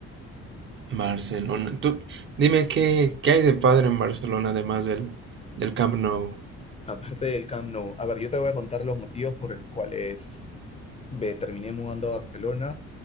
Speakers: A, on the right; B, on the left.
A: Barcelona. Tú, dime, ¿qué, qué hay de padre en Barcelona además del, del Camp Nou?
B: Aparte del Camp Nou, a ver, yo te voy a contar los motivos por los cuales Me terminé mudando a Barcelona